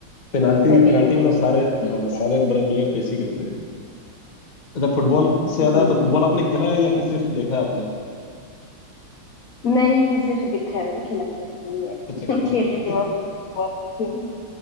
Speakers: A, on the left; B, on the left.
A: पेनाल्टी
B: सही
A: पेनाल्टी
B: में
A: में तो सारे
B: ठीक
A: हाँ
B: है
A: सारे बड़े प्लेयर तो इसी करते हैं अच्छा फुटबॉल से याद
B: हम्म
A: आया तो फुटबॉल आपने खेला
B: सही
A: है या फिर
B: है
A: सिर्फ देखा है आपने
B: नहीं सिर्फ देखा है मैंने खेला खेला कुछ नहीं है
A: अच्छा खेला
B: <laughs> खेलने
A: है।
B: के मामले में तो बहुत पीछे हूँ